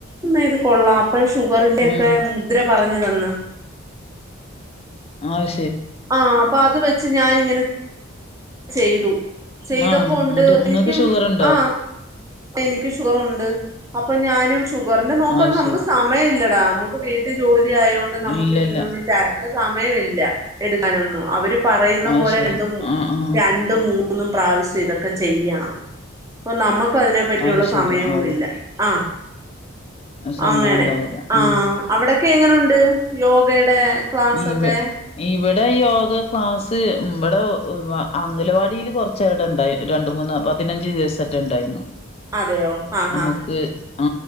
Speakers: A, on the right; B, on the left.
A: ഇ ഇത് കൊള്ളാം അപ്പൊ ഷുഗറിന്റെ
B: ഉം
A: ഒക്കെ മുദ്ര പറഞ്ഞു തന്ന്
B: ആഹ്
A: ആ് അപ്പൊ അത് വെച്ച് ഞാനി ഇങ്ങനെ ചെയ്തു ചെയ്തപ്പോ
B: ആ
A: ഉണ്ട്
B: ഇങ്ങട്ട് ഇങ്ങക്ക്
A: എനിക്കും
B: ഷുഗറുണ്ടോ
A: ആ എനിക്ക് ഷുഗറുണ്ട് അപ്പൊ ഞാനും ഷുഗറിന്റെ നോക്ക
B: അത്
A: നമുക്ക്
B: ശരി
A: സമയമല്ലടാ നമുക്ക് വീട്ടിൽ ജോലി ആയതുകൊണ്ട് നമുക്ക്
B: ഇല്ലല്ല
A: ഇതിന സമയമില്ല എടുക്കാനൊന്നും അവര് പറയുന്ന
B: അത്
A: പോലെ
B: ശരി
A: രണ്ട
B: ആ ആ
A: രണ്ടും മൂന്നും പ്രാവശ്യം ഇതൊക്കെ ചെയ്യണം അപ്പൊ നമുക്ക് അതിനെ പറ്റിയുള്ള
B: അത് ശരി
A: സമയവും
B: ആവൂ
A: ഇല്ല ആ
B: സമയം
A: അങ്ങനെ
B: ഉണ്ടാവൂല
A: ആഹ
B: ഉം
A: അവിടെൊക്കെ എങ്ങനെുണ്ട് യോഗയുടെ ക്ലാസ്സൊക്കെ
B: ഇ ഇവിടെ യോഗ ക്ലാസ് ഇവിടെ അംഗലവാടിൽ കുറച്ച് ചട ഉണ്ടായി രണ്ട മൂന്ന പതിനഞ്ച് ദിവസട്ട ഉണ്ടായിരുന്നു
A: അതെയോ ആഹാ
B: നമക്ക് ആ